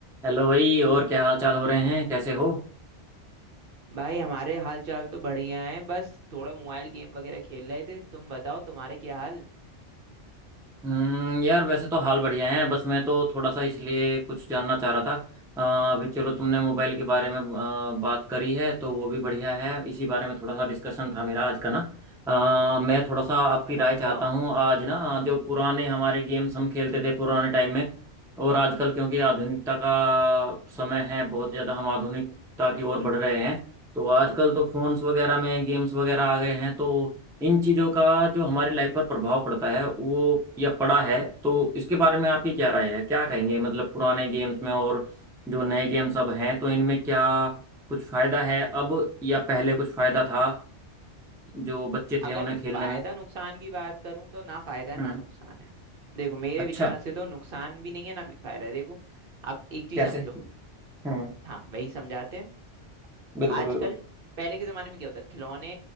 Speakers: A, in the centre; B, on the right.
A: Hello भाई और क्या हाल चाल हो रहे हैं कैसे हो
B: भाई हमारे हाल चाल तो बढ़िया है बस थोड़ा मोबाइल गेम वगैरह खेल रहे थे तुम बताओ तुम्हारे क्या हाल
A: हम्म यार वैसे तो हाल बढ़िया है बस मैं तो थोड़ा सा इसलिए कुछ जानना चाह रहा था अ, अभी चलो तुमने मोबाइल के बारे में अ, बात करी है तो वो भी बढ़िया है इसी बारे में थोड़ा सा डिस्कशन था मेरा आज का ना अ, मैं थोड़ा सा आपकी
B: बताओ
A: राय चाहता
B: बताओ
A: हूँ आज ना जो पुराने हमारे गेम्स हम खेलते थे पुराने टाइम में और आजकल क्योंकि आधुनिकता का समय है बहुत ज़्यादा हम आधुनिकता की
B: बिल्कुल
A: ओर बढ़ रहे हैं तो आजकल तो फोन्स वगैरह में गेम्स वगैरह आ गए हैं तो इन चीज़ों का जो हमारी लाइफ पर प्रभाव पड़ता है वो या पड़ा है तो इसके बारे में आपकी क्या राय है क्या कहेंगे मतलब पुराने गेम्स में और जो नए गेम्स अब हैं तो इनमें क्या कुछ फायदा है अब या पहले कुछ फायदा था जो बच्चे थे
B: अगर
A: उन्हें
B: मैं
A: खेलने
B: फायदा
A: में
B: नुकसान की बात करूं तो ना फायदा है
A: हम्म
B: ना नुकसान है देखो मेरे
A: अच्छा
B: विचार से तो नुकसान भी नहीं है ना भी फायदा है देखो अब एक चीज
A: कैसे
B: समझो
A: हम्म
B: हाँ वही समझाते हैं
A: बिल्कुल
B: आजकल
A: बिल्कुल
B: पहले के जमाने में क्या होता खिलौने